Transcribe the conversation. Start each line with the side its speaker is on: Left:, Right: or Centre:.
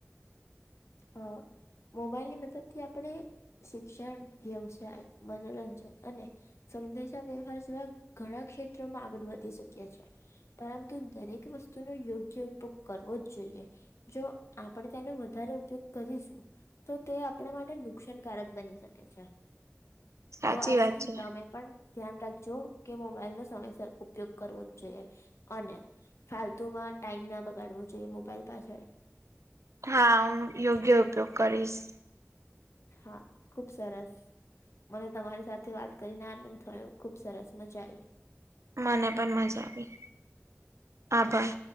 Left: હા મોબાઈલની મદદથી આપણે શિક્ષણ, વ્યવસાય, મનોરંજન અને સંદેશા વ્યવહાર સિવિય ઘણાં ક્ષેત્રોમાં આગળ વધી શકીએ છીએ. પરંતુ દરેક વસ્તુનો યોગ્ય ઉપયોગ કરવો જ જોઈએ. જો આપણે તેને વધારે ઉપયોગ કરીશું તો તે આપણા માટે નુકસાનકારક બની શકે છે.
Right: સાચી
Left: તો આજથી
Right: વાત છે
Left: તમે પણ ધ્યાન રાખજો કે મોબાઈલ નો સમયસર ઉપયોગ કરવો જ જોઈએ, અને ફાલતુ માં ટાઈમ ના બગાડવો જોઈએ મોબાઈલ પાછળ.
Right: હા, હું યોગ્ય ઉપયોગ કરીશ.
Left: હા, ખુબ સરસ. મને તમારી સાથે વાત કરીને આનંદ થયો, ખુબ સરસ મજા આવી.
Right: મને પણ મજા આવી, આભાર.